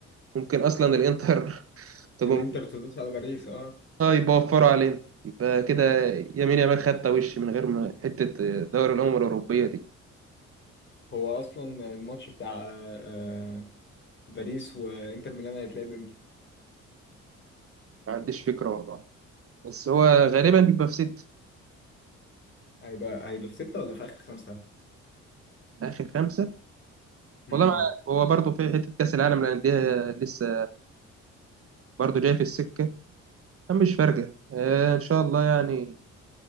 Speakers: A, on the right; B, on the left.
A: ممكن اصلا الانتر <laughs> تقوم
B: الانتر تدوس على باريس اه
A: اه يبقى وفروا علينا يبقى كده يمين يامال خدت وش من غير ما حتة دوري الأمم الأوروبية دي
B: هو اصلا الماتش بتاع آه باريس وانتر ميلان هيتلعب امتى؟
A: ما عنديش فكرة والله بس هو غالبا بيبقى في ست
B: هيبقى هيبقى في ستة ولا في آخر خمسة؟
A: آخر خمسة
B: امم
A: والله ما عارف. هو برضه في حتة كأس العالم للأندية لسه برضه جاي في السكة مش فارقة آه إن شاء الله يعني